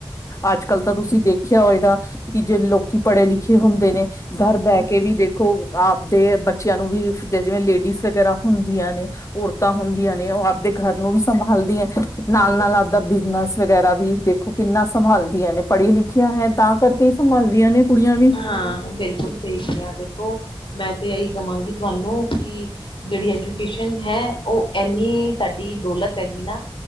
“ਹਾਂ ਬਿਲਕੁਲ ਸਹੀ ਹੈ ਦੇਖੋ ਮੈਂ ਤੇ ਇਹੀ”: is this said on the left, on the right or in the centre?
Left